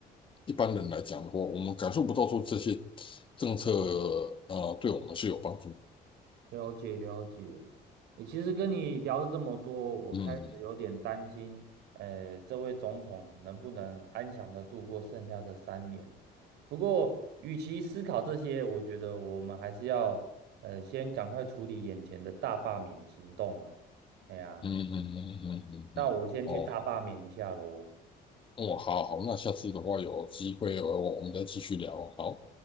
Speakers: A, on the left; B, on the right.
A: 一般人来讲的话，我们感受不到说这些政策呃对我们是有帮助。
B: 了解了解，诶，其实跟你聊了这么多，我开始有点担心，
A: 嗯。
B: 呃，这位总统能不能安详的度过剩下的三年？不过，与其思考这些，我觉得我们还是要，呃，先赶快处理眼前的大罢免行动啦。哎呀，
A: 嗯嗯嗯嗯嗯嗯，
B: 那我先去大罢免一下喽。
A: 哦，哦，好好，那下次的话有机会，我我们再继续聊，好。